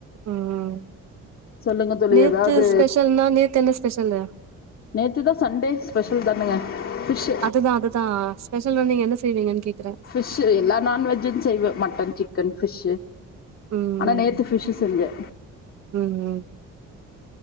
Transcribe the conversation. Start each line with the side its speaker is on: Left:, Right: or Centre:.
Right: ம்
Left: சொல்லுங்க தோழி
Right: நேத்து
Left: ஏதாவது
Right: ஸ்பெஷல்னா நேத்து என்ன ஸ்பெஷல்
Left: நேத்து தா சண்டே ஸ்பெஷல் தானுங்க ப்பிஷ்
Right: அதுதா அதுதா ஸ்பெஷல் வந்து நீங்க என்ன செய்வீங்கன்னு கேக்குற
Left: ஃபிஷ் எல்லா நான்வெஜ்ஜு செய்வே மட்டன் சிக்கன் ஃபிஷ்
Right: ம்
Left: ஆனா நேத்து ஃபிஷ் செஞ்சே
Right: ம்